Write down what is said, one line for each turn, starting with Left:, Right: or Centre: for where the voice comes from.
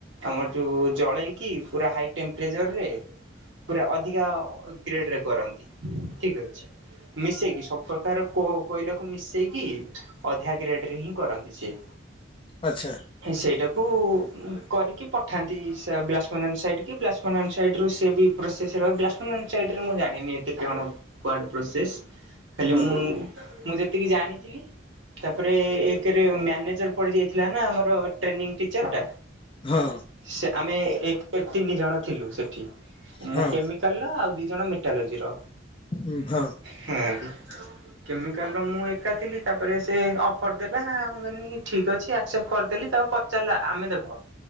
Right: ଆମର ଯୋଉ ଜଳେଇକି ପୁରା ହାଇ ଟେମ୍ପରେଚର ରେ ପୁରା ଅଧିକ କା ଗ୍ରେଡରେ କରନ୍ତି ଠିକ ଅଛି। ମିଶେଇକି ସବୁ ପ୍ରକାର କୋ କଇଲାକୁ ମିଶେଇକି। ଅଧା ଗ୍ରେଡ଼ରେ ହିଁ କରନ୍ତି ସିଏ।
Left: ଆଚ୍ଛା।
Right: ସେଇଟାକୁ କରିକି ଉଁ ପଠାନ୍ତି ସା ବ୍ଲାସପନା ସାଇଡ କି ବ୍ଲାସ ଅନନ୍ ସାଇଟରୁ ସେ ବି ପ୍ରୋସେସ ସେ ଭ ବ୍ଲାଶ ପାନେ ସାଇଟ୍ରେ ମୁଁ ଜାଣିନି ଏତେ କଣ କୁଆଡ଼ ପ୍ରୋସେସ୍? ଖାଲି
Left: ହଁ
Right: ମୁଁ ମୁଁ ଯେତିକି ଜାଣିଥିଲି ତାପରେ ଏକରେ ମ୍ୟାନେଜର ପଡି ଯାଇଥିଲା ନା ଆମର ଟ୍ରେନିଂ ଟିଚର ଟା
Left: ହଁ
Right: ସେ ଆମେ ଏକ ତିନି ଜଣ ଥିଲୁ ସେଠି। ମୁଁ
Left: ହଁ
Right: କେମିକାଲର ଆଉ ଦି ଜଣ ମେଟାଲୋଜିର।
Left: ହୁଁ ହଁ।
Right: ହଁ କି? କେମିକାଲ ମୁଁ ଏକା ଥିଲି ତାପରେ ସେ ଅଫର ଦେଲା ମୁଁ କନି ଠିକ ଅଛି ଆକ୍ସେପ୍ଟ କରିଦେଲି। ତାକୁ ପଚାରିଲା ଆମେ ଦେଖ